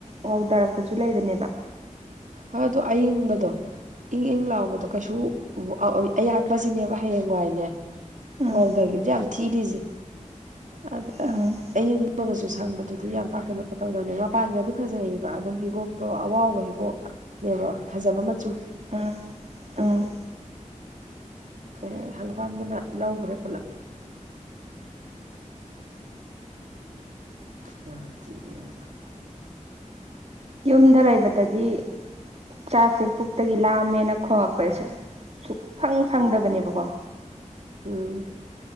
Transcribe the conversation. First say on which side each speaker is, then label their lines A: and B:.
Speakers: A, on the right; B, on the right.
A: ꯍꯥꯎꯊꯔꯛꯄꯁꯨ ꯂꯩꯕꯅꯦꯕ
B: ꯍꯣꯏꯗꯣ ꯑꯏꯪꯕꯗꯣ ꯏꯪ ꯏꯪ ꯂꯥꯎꯕꯗꯣ ꯀꯩꯁꯨ ꯑꯌꯥꯛꯄꯁꯤꯅꯦꯕ ꯍꯌꯦꯡꯋꯥꯏꯅꯦ
A: ꯎꯝ
B: ꯋꯥꯥꯎꯗꯒꯤꯗ ꯌꯥꯝ ꯊꯤꯔꯤꯁꯤ ꯑ
A: ꯎꯝ
B: ꯑꯌꯤꯡꯒꯁꯨ ꯁꯪꯕꯗꯨꯗꯤ ꯌꯥꯝ ꯄꯥꯛꯀꯩꯅꯣ ꯇꯧꯗꯅꯦ ꯃꯄꯥꯟꯒꯗꯤ ꯐꯖꯩꯕ ꯑꯗꯨꯝ ꯐꯤꯒꯣꯛ ꯑꯣ ꯑꯋꯥꯕ ꯍꯤꯀꯣꯛꯅꯦꯕ ꯐꯖꯕ ꯃꯆꯨ
A: ꯎꯝ
B: ꯑꯗꯨ
A: ꯎꯝ
B: ꯀ ꯍꯪꯐꯝꯗꯨꯅ ꯂꯧꯈ꯭ꯔꯦ ꯄꯨꯂꯞ <inaudible>
A: ꯌꯨꯝꯗ ꯂꯩꯕꯗꯗꯤ ꯆꯥꯛꯁꯦ ꯄꯨꯛꯇꯒꯤ ꯂꯥꯑꯝꯃꯦꯅ ꯈꯣꯡꯉꯛꯄꯗ ꯁꯛ ꯁꯨꯛ ꯐꯪ ꯐꯪꯗꯕꯅꯦꯕꯀꯣ
B: ꯎꯝ